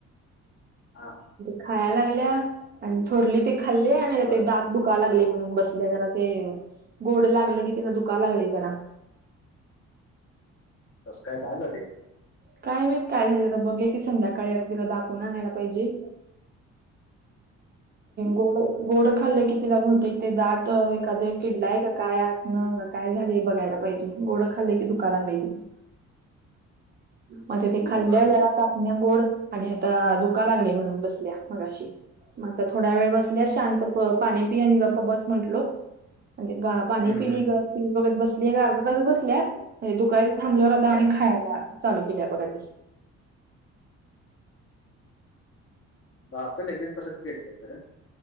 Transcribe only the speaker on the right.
खाया लागल्यात आणि थोरली ते खाल्ली आणि
ते दात दुका लागलयं म्हणून बसले जरा ते गोड लागलं की तिना दुकालागलयं जरा
काय माहीत काय झालंत आता बघुया की संध्याकाळी आता तिला दाखवून आणयला पाहिजे.
गोड गोड खाल्लं कि तीला बहुतेक ते दात एखादं एक किडलाय का काय आत न ग काय झालंय बघायला पाहिजे गोडं खाल्लं की दुकाय लागलंय तिच मग ते ते खाल्ल्या
जरा
कापण्या गोड आणि आता दूका लागलय म्हणून बसल्या मगाशी म आता थोडा वेळ बसल्यास शांत पाणी पि आणि गप्पा बस म्हंटलो म्हणजे पा पाणी
पिली
ग पिली बघत बसली एक अर्धा तास बसल्या म्हणजे दुकाय थांबल्यावर आता
आणि खायला चालू केली आहे बघ आता ती